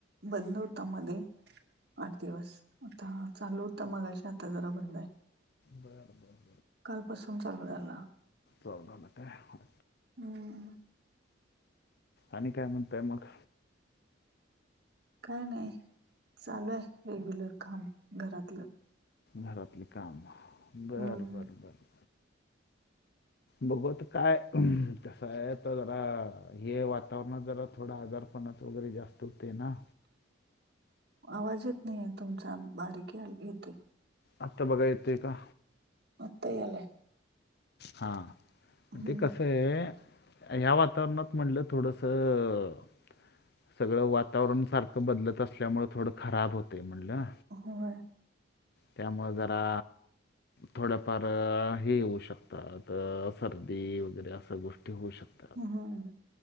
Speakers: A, on the right; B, on the left.
A: बंद होता मध्ये आठ दिवस आता चालू होता मगाशी आता जरा बंद आहे
B: बर बर
A: कालपसून चालू झाला
B: आता काय
A: हम्
B: आणि काय म्हणतय मग
A: काय नाही चालू आहे रेग्युलर काम घरातलं
B: घरातले काम बरं,
A: हम्म
B: बरं, बरं बघूत काय कस आहे तर जरा हे वातावरणात जरा थोडा आजार कोणच वगैरे जास्त होते ना
A: आवाज येत नाही आहे तुमचा बारीक याय येतोय
B: आता बघा येतोय का
A: आता यायलय
B: हां
A: हम्म
B: ते कसं आहे ह्या वातावरणात म्हटलं थोडंसं सगळं वातावरण सारखं बदलत असल्यामुळे थोडं खराब होते म्हणलं
A: होय
B: त्यामुळ जरा थोड्याफार हे होऊ शकतात सर्दी वगैरे असं गोष्टी होऊ शकतात
A: ह हा.